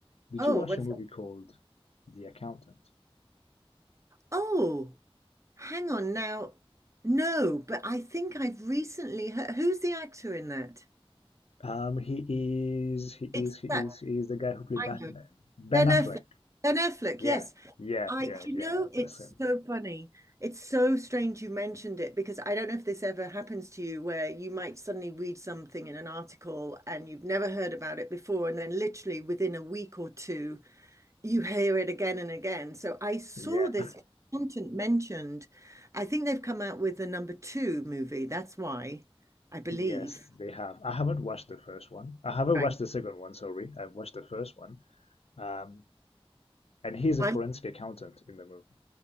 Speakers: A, on the left; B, on the right.
A: Did
B: Oh,
A: you watch
B: what's
A: a movie
B: that?
A: called The Accountant?
B: Oh, hang on now. No, but I think I've recently heard, who's the actor in that?
A: Um, he is, he
B: It's
A: is, he
B: that,
A: is, he is the guy who played
B: I
A: Batman.
B: know.
A: Ben
B: Ben
A: Affleck.
B: Affleck. Ben Affleck,
A: Yeah,
B: yes.
A: yeah,
B: I,
A: yeah,
B: you
A: yeah.
B: know, it's
A: That's him.
B: so funny. It's so strange you mentioned it because I don't know if this ever happens to you where you might suddenly read something in an article and you've never heard about it before, and then literally within a week or two, you hear it again and again. So I saw
A: Yeah.
B: this
A: <laughs>
B: content mentioned. I think they've come out with the number two movie. That's why I believe.
A: Yes, they have. I haven't watched the first one. I haven't
B: Right.
A: watched the second one, sorry. I've watched the first one. Um, and he's a
B: I'm
A: forensic accountant in the movie.